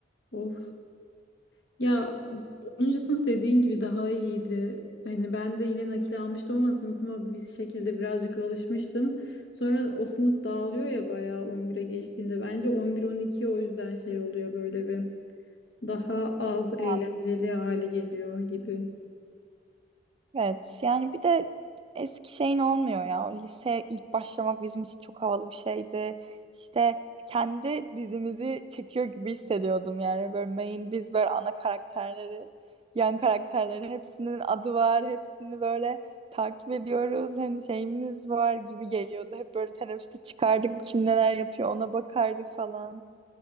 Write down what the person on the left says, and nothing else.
Of. Ya onuncu sınıf dediğin gibi daha iyiydi. Hani ben de yine nakil almıştım ama sınıfıma bir şekilde birazcık alışmıştım. Sonra o sınıf dağılıyor ya bayağı on bire geçtiğinde. Bence on bir on iki o yüzden şey oluyor böyle bir daha az
eğlenceli hale geliyor gibi.